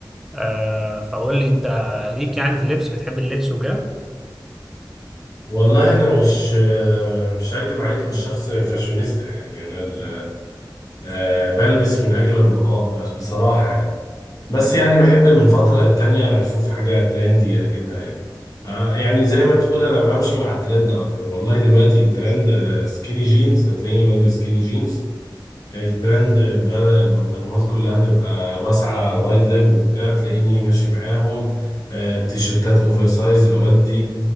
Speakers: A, in the centre; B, on the left.
A: آه فقول لي انت ليك يعني في اللبس بتحب اللبس وكده؟
B: والله انا مش آه، مش هكدب عليك مش شخص فاشونيستا يعني انا ال- آه، بلبس من اجل البقاء بس بصراحة يعني بس يعني بحب من فترة للتانية اشوف حاجة ترندي اجيبها يعني آه، يعني زي ما تقول انا بمشي مع الترند اكتر والله دلوقتي الترند سكيني جينز هتلاقيني بلبس سكيني جينز الترند بدأ البنطلونات كلها تبقى واسعة وايد لاج وبتاع تلاقيني ماشي معاهم آه، تيشيرتات اوفر سايز اودي